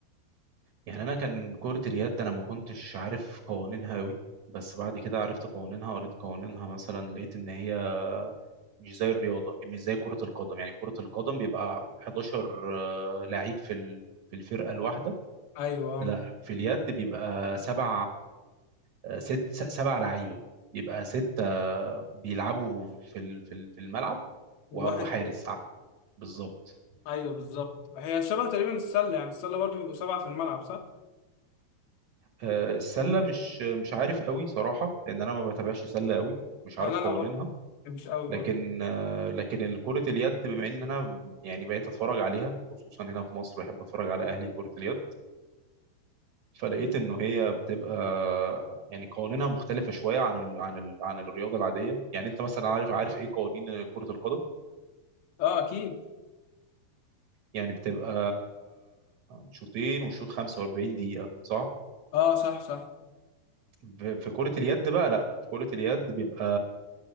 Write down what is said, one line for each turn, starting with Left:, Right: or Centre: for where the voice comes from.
Right: يعني انا كان كرة اليد انا ما كنتش عارف قوانينها قوي بس بعد كده عرفت قوانينها قريت قوانينها مثلا لقيت ان هي مش زي الرياضة مش زي كرة القدم يعني كرة القدم بيبقى 11 آه، لعيب في ال- في الفرقة الواحدة
Left: أيوه
Right: لا في اليد بيبقى سبع آه، ست س- سبع لعيبه بيبقى ستة بيلعبوا في ال- في ال- في الملعب و-
Left: الواحد
Right: وحارس ع- بالظبط
Left: أيوه بالظبط هي شبه تقريبا السلة يعني السلة برضه بيبقوا سبعة في الملعب صح؟
Right: آه، السلة مش مش عارف قوي صراحة لأن أنا ما بتابعش سلة قوي مش
Left: ولا
Right: عارف
Left: أنا
Right: قوانينها
Left: برضه مش قوي برضه
Right: لكن آه، لكن كرة اليد بما إن أنا يعني بقيت أتفرج عليها خصوصا هنا في مصر بحب أتفرج على أهلي كرة اليد فلقيت إنه هي بتبقى يعني قوانينها مختلفة شوية عن ال عن ال عن الرياضة العادية يعني أنت مثلا عارف عارف إيه قوانين كرة القدم
Left: أه أكيد
Right: يعني بتبقى شوطين والشوط 45 دقيقة صح؟
Left: أه صح صح
Right: ب- في كرة اليد بقى لا في كرة اليد بيبقى